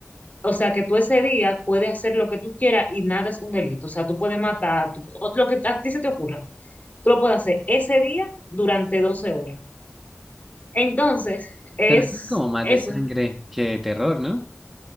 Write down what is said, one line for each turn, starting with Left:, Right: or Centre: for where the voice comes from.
Left: O sea, que tú ese día puedes hacer lo que tú quieras y nada es un delito. O sea, tú puedes matar, tú- o lo que a ti se te ocurra. Tú lo puedes hacer ese día durante 12 horas. Entonces, es
Centre: pero eso es como más
Left: eso.
Centre: de sangre que de terror, ¿no?